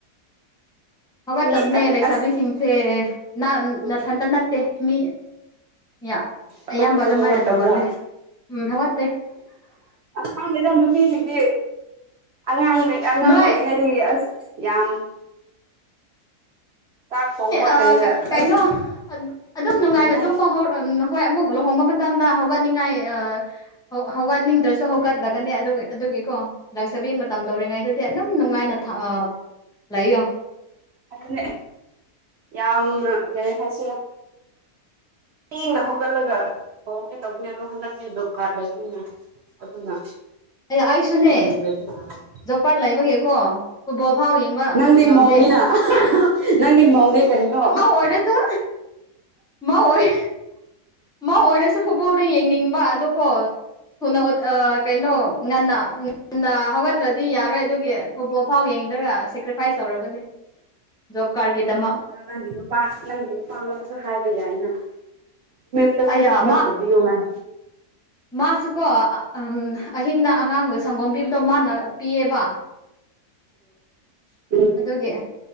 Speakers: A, in the centre; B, on the right.
A: ꯍꯧꯒꯠꯇꯕꯅꯦ
B: ꯃꯤ
A: ꯂꯩꯁꯥꯕꯤꯁꯤꯡꯁꯦ
B: ꯑꯁ
A: ꯅꯥ
B: ꯃꯤ
A: ꯅꯥꯊꯟꯇ ꯅꯠꯇꯦ ꯃꯤ ꯌꯥ
B: ꯑꯇꯣꯞꯄꯁꯨ
A: ꯑꯌꯥꯝꯕ ꯑꯗꯨꯃꯥꯏꯅ
B: ꯍꯧꯒꯠꯇꯕ꯭ꯔꯥ
A: ꯇꯧꯒꯜꯂꯤ ꯎꯝ ꯍꯧꯒꯠꯇꯦ
B: ꯈꯪꯗꯦꯗꯥ ꯅꯨꯄꯤꯁꯤꯡꯗꯤ ꯑꯉꯥꯡ ꯑꯉꯥꯡ
A: ꯅꯣꯏ
B: ꯑꯣꯏꯔꯤꯉꯩ ꯑꯁ ꯌꯥꯝ ꯆꯥꯛ ꯊꯣꯡꯕ
A: ꯑꯥ
B: ꯀꯩꯒ ꯑꯁ
A: ꯀꯩꯅꯣ ꯑꯗꯨꯝ ꯅꯨꯡꯉꯥꯏꯅ
B: ꯀꯔꯤꯔ
A: ꯇꯨꯝꯃ ꯍꯧꯔꯣ ꯅꯈꯣꯏ ꯑꯃꯨꯛ ꯂꯨꯍꯣꯡꯕ ꯃꯇꯝꯗ ꯍꯧꯒꯠꯅꯤꯡꯉꯥꯏ ꯑ ꯍꯧ ꯍꯧꯒꯠꯅꯤꯡꯗ꯭ꯔꯁꯨ ꯍꯧꯒꯠꯂꯒꯅꯦ ꯑꯗꯨ ꯑꯗꯨꯒꯤꯀꯣ ꯂꯥꯛꯆꯕꯤ ꯃꯇꯝ ꯇꯧꯔꯤꯉꯩꯗꯗꯤ ꯑꯗꯨꯝ ꯅꯨꯡꯉꯥꯏꯅ ꯊ ꯂꯩꯌꯣ
B: ꯑꯗꯨꯅꯦ ꯌꯥꯝꯅ ꯀꯔꯤ ꯍꯥꯏꯁꯤꯔꯥ ꯊꯦꯡꯅ ꯍꯧꯒꯠꯂꯒ ꯍꯣꯡꯒꯦ ꯇꯧꯅꯦ ꯑꯗꯣ ꯍꯟꯗꯛꯇꯤ ꯖꯣꯞꯀꯥꯔꯗ ꯂꯩꯕꯅꯤꯅ ꯑꯗꯨꯅ
A: ꯑꯦ ꯑꯩꯁꯨꯅꯦ
B: ꯉꯟꯗ꯭ꯔꯗꯤ ꯌꯥꯔꯔꯣꯏ
A: ꯖꯣꯕꯀꯥꯠ ꯂꯩꯕꯒꯤꯀꯣ ꯐꯨꯠꯕꯣ ꯐꯥꯎ ꯌꯦꯡꯕ
B: ꯅꯪꯗꯤ
A: ꯉꯝꯗꯦ
B: ꯃꯧꯅꯤꯅ ꯅꯪꯗꯤ ꯃꯧꯅꯦ ꯀꯔꯤꯅꯣ
A: ꯃꯧ ꯑꯣꯏꯔꯁꯨ ꯃꯧ ꯑꯣꯏ ꯑꯣꯏꯔꯁꯨ ꯐꯨꯠꯕꯣꯜꯗꯣ ꯌꯦꯡꯅꯤꯡꯕ ꯑꯗꯣꯀꯣ <unintelligible> ꯀꯩꯅꯣ ꯉꯟꯅ ꯅ ꯍꯧꯒꯠꯇ꯭ꯔꯗꯤ ꯌꯥꯔꯣꯏ ꯑꯗꯨꯒꯤ ꯐꯨꯠꯕꯣꯜ ꯐꯥꯎ ꯌꯦꯡꯗ꯭ꯔꯒ ꯁꯦꯀ꯭ꯔꯤꯐꯥꯏꯁ ꯇꯧꯔꯕꯅꯦ ꯖꯣꯀꯥꯠꯀꯤ ꯗꯃꯛ
B: ꯑꯗꯣ ꯅꯪꯒꯤ ꯅꯨꯄꯥ ꯅꯪꯒꯤ ꯅꯨꯄꯥꯉꯣꯟꯗꯁꯨ ꯍꯥꯏꯕ ꯌꯥꯏꯅ ꯆꯠꯛꯈꯔꯥꯗꯤ
A: ꯑꯌꯥ
B: ꯍꯦꯜꯇꯧꯕꯤꯌꯣ ꯍꯥꯏ
A: ꯃꯥꯁꯤꯀꯣ ꯎꯝ ꯑꯍꯤꯡꯗ ꯑꯉꯥꯡꯗ ꯁꯪꯒꯣꯝ ꯄꯤꯕꯗꯣ ꯃꯥꯅ ꯄꯤꯌꯦꯕ
B: ꯎꯝ
A: ꯑꯗꯨꯒꯤ